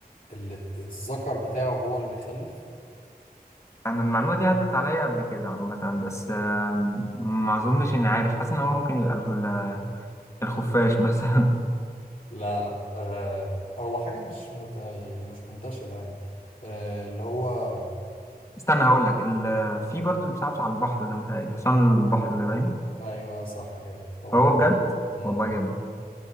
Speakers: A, on the left (about 60°); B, on the left (about 20°).
A: اللي الذكر بتاعه هو اللي بيخلف
B: أنا المعلومة دي عدت عليا قبل كده عامة بس آم، ما أظنش إني عارف حاسس إن هو ممكن يبقى ال- الخفاش مثلا
A: لا لا آه هو حاجة مش مت... يعني مش منتشرة يعني آه اللي هو
B: <laughs> استنى هقول لك ال... في برضه اللي بتلعبش على البحر ده متهيألي حصان البحر اللي باين
A: ايوه صح كده هو
B: هو بجد
A: مم.
B: والله جامد